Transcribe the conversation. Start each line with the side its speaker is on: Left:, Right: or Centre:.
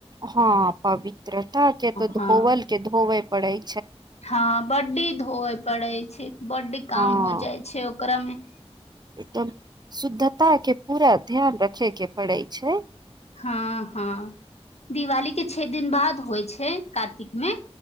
Right: हँ पवित्रता के तऽ
Left: हँ
Right: धोवल के धोबै पढ़ाइ
Left: हँ बड्डी धोवे पड़ै छै। बड्डी
Right: हँ
Left: काम हो जाइ छै। करमे
Right: एकदम शुद्धता के पूरा ध्यान रखे के पड़ै छै
Left: हँ हँ दिवाली के छे दिन बाद होइ छै कार्तिकमे